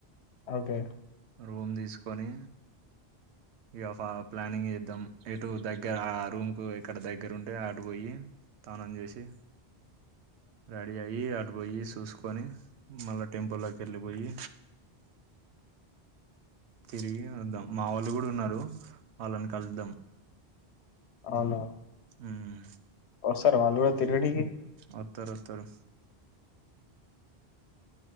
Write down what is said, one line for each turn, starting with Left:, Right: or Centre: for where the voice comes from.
Left: ఓకే
Right: రూమ్ తీసుకొని ఇక ప్లానింగ్ చేద్దాం ఇటు దగ్గర ఆ రూమ్ కు ఇక్కడ దగ్గర ఉంటే అటు పోయి తానమ్ చేసి ర రేడీ అయి అటు పోయి చూసుకొని మళ్ళా టెంపుల్ లోకి వెళ్ళిపోయి తిరిగి వద్దాం మా వాళ్ళు కూడా ఉన్నారు వాళ్ళని కలుద్దాం
Left: అవున
Right: ఉమ్
Left: వస్తారా వాళ్ళు కూడా తిరిగనీకి
Right: వత్తర్ వత్తరు